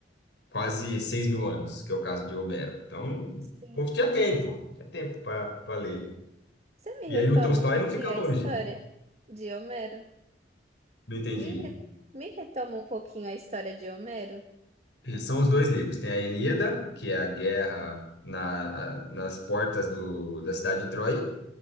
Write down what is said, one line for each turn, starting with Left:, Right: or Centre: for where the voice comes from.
Left: quase seis mil anos, que é o caso de Homero. Então, o
Right: Sim.
Left: povo tinha tempo, tinha tempo para ler.
Right: Você me
Left: E
Right: retoma
Left: aí o Tolstói
Right: um pouquinho
Left: não fica
Right: a
Left: longe,
Right: história de Homero?
Left: não entendi.
Right: Me, re- me retoma um pouquinho a história de Homero.
Left: São os dois livros. Tem a Ilíada, que é a guerra na- nas portas do- da cidade de Troia,